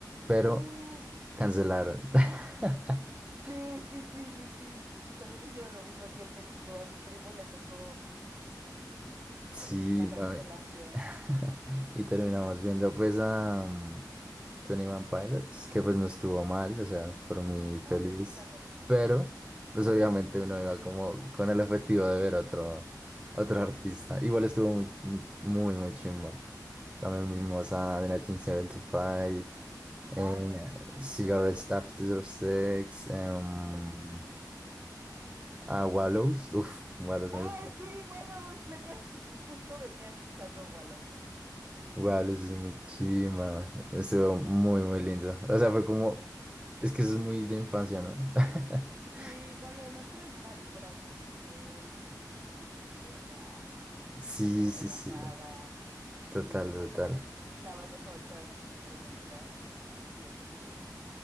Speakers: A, on the right; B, on the right.
A: pero
B: Uf.
A: cancelaron. <laughs>
B: Sí, sí, sí, sí, sí. También hicieron lo mismo aquí en México. A mi primo le tocó
A: Sí,
B: la cancelación
A: no, <laughs> Y terminamos
B: masiva.
A: viendo pues a mm, Tony One Pilots, que pues no estuvo mal, o sea, por mí
B: Ah,
A: feliz.
B: me gustan, me gustan.
A: Pero, pues obviamente uno iba como con el objetivo de ver otro, otro artista. Igual estuvo muy,
B: Ujú.
A: muy, muy, muy chimbo. También vimos a The 1975, eh,
B: Ay, buenísimos,
A: Cigarette
B: me encantan.
A: Staff 6, em,
B: Buenísimos, sí.
A: a Wallows. Uf, Wallows
B: Ay,
A: me gusta.
B: sí, Wallows. Venía, <laughs> justo venía escuchando Wallows ahorita.
A: Wallows es muy chimba. Estuvo muy, muy lindo. O sea, fue como Es que eso es muy de infancia, ¿no? <laughs>
B: Sí, no, y además tienen una vibra como muy chill, muy acá,
A: Sí,
B: como relajada.
A: sí, sí. Total,
B: Y son,
A: total.
B: también es la banda favorita de una de mis mejores amigas. Y este,